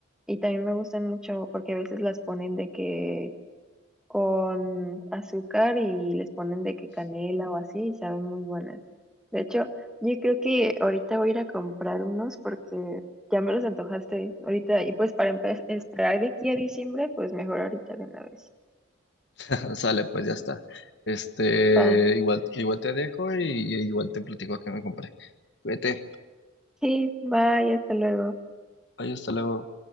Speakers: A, in the centre; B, on the left.
A: Y también me gustan mucho porque a veces las ponen de que con azúcar y les ponen de que canela o así y saben muy buenas. De hecho, yo creo que ahorita voy a ir a comprar unos porque ya me los antojaste ahorita y pues para empe- esperar de aquí a diciembre, pues mejor ahorita de una vez.
B: <laughs> Sale, pues ya está. Este,
A: Va.
B: igual, igual te dejo y, y igual te platico que me compré. Cuídate.
A: Sí, bye, hasta luego.
B: Ay, hasta luego.